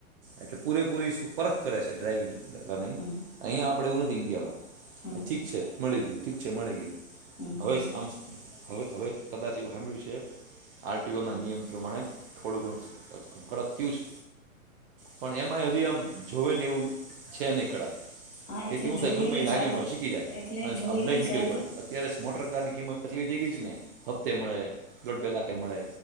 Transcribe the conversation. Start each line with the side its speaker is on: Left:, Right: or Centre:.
Right: એટલે પૂરેપૂરી શું પરરખ કરે છે, ડ્રાાઈવિંગ. ન
Left: હમ
Right: અહીંયા આપડે એવું. ન્ડિયામાં.
Left: હમ
Right: ઠીક છે, મળી ગયું ઠીક છે, મળી ગયું
Left: હમ હમ
Right: હવે જ, આમ હવે હવે. કદાચ એવું સાંભળ્યું છે, આરટીઓના નિયમ પ્રમાણે, થોડું ઘણું કડક થયું છે. પણ એમાંય, હજી આમ. જોવે, ને એવું છે, નહી કડક.
Left: હા
Right: તેથી
Left: એટલે
Right: હું,
Left: જોઈ
Right: થાય ગમે
Left: એવી
Right: હાલ્યો,
Left: જાગૃ
Right: મળે શીખી જાય.
Left: એટલે
Right: અને
Left: જોઈ
Right: આપ
Left: એવી
Right: લઈ, નીકળી
Left: જાગૃ
Right: પડે અત્યારે, જ મોટર કાર નિયમ. પછી, થઈ ગઈ છે ને. હપ્તે, મળે દોડ પે લખ. કે મળે